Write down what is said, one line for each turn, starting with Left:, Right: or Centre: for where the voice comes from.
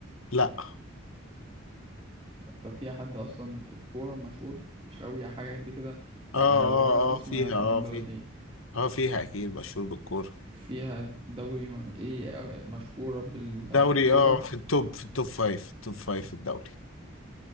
Left: لا اه
Right: طب في حد اصلا في الكوره مشهور مش قوي يعني حاجه قد كده
Left: اه
Right: آه، لو
Left: اه
Right: عارف اسمه
Left: آه، فيها
Right: يعرف
Left: اه
Right: إن هو من
Left: فيها
Right: البلد دي
Left: اه فيها اكيد مشهور بالكورة
Right: فيها دوري م... ايه آه، مشهوره بالكوره
Left: دوري اه في التوب في التوب فايف في التوب فايف في الدوري